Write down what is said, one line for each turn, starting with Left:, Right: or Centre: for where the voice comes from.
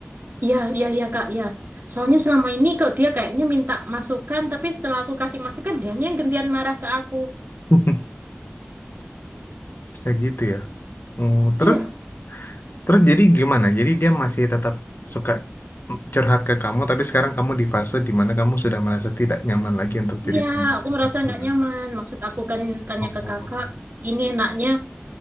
Right: ya ya ya, kak ya soalnya selama ini kok dia kayaknya minta masukan tapi setelah aku kasih masukan dianya yang gantian marah ke aku
Left: <laughs> Bisa gitu ya. Hmm, terus
Right: iya
Left: terus jadi gimana? Jadi dia masih tetap suka mm, curhat ke kamu, tapi sekarang kamu di fase di mana kamu sudah merasa tidak nyaman lagi untuk jadi
Right: Iya,
Left: tempat
Right: aku
Left: curhat.
Right: merasa nggak
Left: Gimana?
Right: nyaman. Maksud aku kan tanya
Left: Oh.
Right: ke kakak, ini enaknya